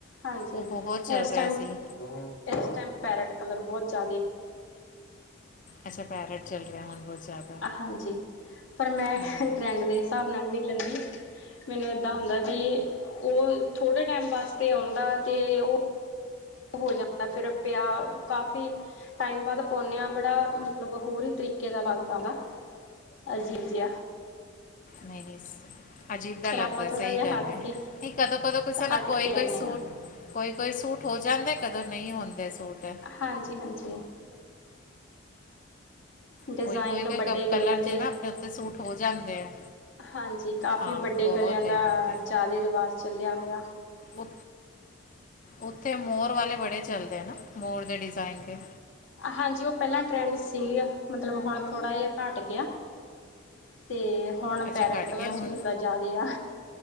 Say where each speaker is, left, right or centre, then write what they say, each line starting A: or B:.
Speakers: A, on the left; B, on the left.
A: ਹਾਂਜੀ
B: ਉਹ ਬਹੁਤ ਚੱਲ
A: ਇਸ
B: ਰਿਹਾ
A: ਟਾਈਮ
B: ਸੀ
A: ਇਸ ਟਾਈਮ ਪੈਰਟ ਕਲਰ ਬਹੁਤ ਜਾਦੇ
B: ਇਸ ਤਰ੍ਹਾਂ ਪੈਰਟ ਚੱਲ ਰਿਹਾ ਹੁਨ ਬਹੁਤ ਜ਼ਿਆਦਾ
A: ਆ ਹਾਂਜੀ ਪਰ ਮੈਂ
B: ਨਹੀਂ ਨਹੀਂ
A: ਟਰੈਂਡ
B: ਅੱਜ
A: ਦੇ ਹਿਸਾਬ ਨਾਲ ਨਹੀਂ ਲੈਂਦੀ ਮੈਨੂੰ ਏਦਾਂ ਹੁੰਦਾ ਵੀ ਉਹ ਥੋੜੇ ਟਾਈਮ ਵਾਸਤੇ ਆਉਂਦਾ ਤੇ ਉਹ ਉਹ ਜਾਂਦਾ ਫਿਰ ਪਿਆ ਕਾਫੀ ਟਾਈਮ ਬਾਅਦ ਪਾਉਂਦੇੇ ਆ ਬੜਾ ਮਤਲਬ ਹੋਰ ਹੀ ਤਰੀਕੇ ਦਾ ਲੱਗਦਾ ਦਾ ਅਜੀਬ ਜਿਆ
B: ਨਈ ਅਜੀਬ ਜਿਆ
A: ਫਿਰ
B: ਲੱਗਦਾ
A: ਆਪਾਂ ਥੋੜ੍ਹਾ
B: ਸਹੀ
A: ਜਿਹਾ
B: ਗੱਲ
A: ਹਟ
B: ਹੈ
A: ਕੇ
B: ਨਹੀਂ ਕਦੋਂ ਕਦੋਂ ਕਿਸੇ ਨਾ
A: ਹਟ
B: ਕੋਈ
A: ਕੇ ਲੈਂਦੇ
B: ਕੋਈ ਸੂਟ
A: ਹਾਂ
B: ਕੋਈ ਕੋਈ ਸੂਟ ਹੋ ਜਾਂਦੇ ਕਦੋਂ ਨਹੀਂ ਹੁੰਦੇ ਸੂਟ
A: ਹਾਂਜੀ ਹਾਂਜੀ ਡਿਜ਼ਾਇਨ
B: ਕੋਈ ਕੋਈ ਕੋਈ
A: ਵੱਡੇ ਗਲਿਆਂ
B: ਕਲਰ
A: ਦੇ
B: ਚ ਨਾ ਆਪਣੇ ਉੱਤੇ ਸੂਟ ਹੋ ਜਾਂਦੇ ਆ
A: ਹਾਂਜੀ ਕਾਫੀ
B: ਹਾਂ
A: ਵੱਡੇ
B: ਬਹੁਤ
A: ਗਲਿਆਂ ਦਾ
B: ਹੈ ਇਹਨਾਂ ਤੇ
A: ਜ਼ਿਆਦੇ ਰਿਵਾਜ਼ ਚੱਲਿਆ ਹੋਇਆ
B: ਉ ਉੱਥੇ ਮੋਰ ਵਾਲੇ ਬੜੇ ਚੱਲਦੇ ਆ ਨਾ ਮੋਰ ਦੇ ਡਿਜ਼ਾਇਨ ਤੇ
A: ਹਾਂਜੀ ਉਹ ਪਹਿਲਾਂ ਟਰੈਂਡ ਸੀ ਮਤਲਬ ਹੁਣ ਥੋੜ੍ਹਾ ਜਿਹਾ ਘੱਟ ਗਿਆ ਤੇ ਹੁਣ
B: ਅੱਛਾ
A: ਪੈਰਟ
B: ਘੱਟ
A: ਕਲਰ
B: ਗਿਆ
A: ਸੂਟ
B: ਹੁਣ
A: ਦਾ ਜ਼ਿਆਦੇ ਆ